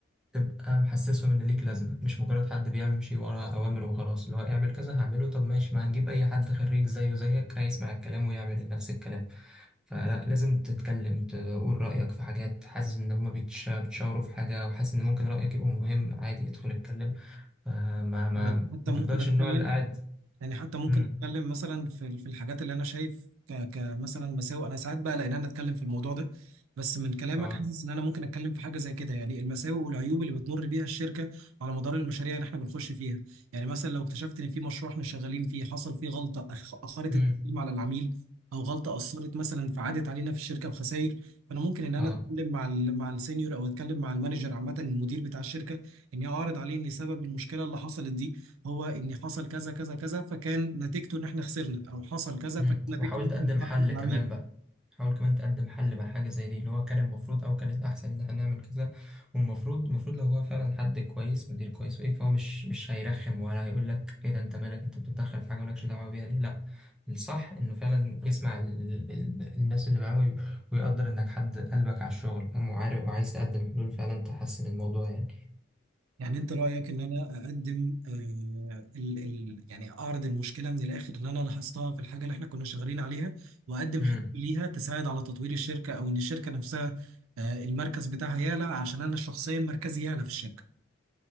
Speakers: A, in the centre; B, on the right.
A: تبقى محسسهم ان ليك لازمة مش مجرد حد بيمشي ورا اوامر وخلاص اللي هو اعمل كذا هعمله طب ماشي ما هنجيب اي حد خريج زيه زيك هيسمع الكلام ويعمل نفس الكلام فلا لازم تتكلم تقول رأيك في حاجات حاسس ان هما بيتش- بيتشاوروا في حاجة وحاسس ان ممكن رأيك يبقى مهم عادي ادخل اتكلم فما ما
B: يعني حتى
A: ما
B: ممكن
A: تفضلش
B: اتكلم
A: النوع اللي قاعد
B: يعني حتى ممكن
A: امم
B: نتكلم مثلا في ال- في الحاجات اللي انا شايف ك- كمثلا مساوئ انا ساعات بقى لان انا اتكلم في الموضوع ده بس من كلامك
A: اه
B: حاسس ان انا ممكن اتكلم في حاجه زي كده يعني المساوئ والعيوب اللي بتمر بيها الشركه على مدار المشاريع اللي احنا بنخش فيها يعني مثلا لو اكتشفت ان في مشروع احنا شغالين فيه حصل فيه غلطه أخ- اخرت
A: امم
B: التقييم على العميل او غلطه اثرت مثلا فعادت علينا في الشركه بخسائر فانا ممكن ان انا
A: اه
B: اتكلم مع ال- مع السينيور او اتكلم مع المانجر عامه المدير بتاع الشركه اني اعرض عليه ان سبب المشكله اللي حصلت دي هو ان حصل كذا كذا كذا فكان نتيجته ان احنا خسرنا او حصل كذا
A: مم.
B: فكان نتيجته
A: وحاول
B: ان
A: تقدم
B: احنا نتاخر
A: حل
B: العميل
A: كمان بقى حاول كمان تقدم حل مع حاجة زي دي اللي هو كان المفروض أو كانت أحسن إن احنا نعمل كذا والمفروض المفروض لو هو فعلا حد كويس مدير كويس وإيه فهو مش مش هيرخم ولا هيقول لك إيه ده أنت مالك أنت بتتدخل في حاجة مالكش دعوة بيها ليه لأ الصح إنه فعلا يسمع ال... ال... الناس اللي معاه وي- ويقدر إنك حد قلبك على الشغل فاهم وعارف وعايز تقدم حلول فعلا تحسن الموضوع
B: يعني انت رايك ان انا اقدم آه ال ال يعني اعرض المشكله من الاخر اللي انا لاحظتها في الحاجه اللي احنا كنا شغالين عليها واقدم
A: يعني
B: حلول ليها تساعد على تطوير الشركه او ان الشركه نفسها آه المركز بتاعها يعلى عشان انا شخصيا مركزي يعلى في الشركه